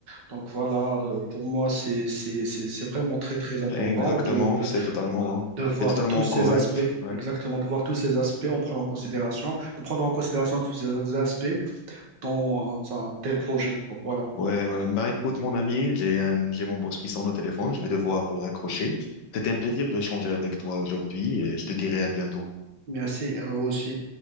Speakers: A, on the right; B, on the left.
A: Donc voilà, euh, pour moi, c'est, c'est, c'est c'est vraiment très, très important
B: exactement.
A: de, de,
B: C'est totalement,
A: de voir
B: c'est totalement
A: tous ces
B: correct.
A: aspects,
B: Ouais.
A: exactement, de voir tous ces aspects en prenant en considération, de prendre en considération tous ces aspects dans un tel projet. Donc voilà.
B: Ouais, ouais. Bah, écoute, mon ami, j'ai un, j'ai mon boss qui sonne au téléphone. Je vais devoir raccrocher. C'était un plaisir de échanger avec toi aujourd'hui et je te dirai à bientôt.
A: Merci à vous aussi.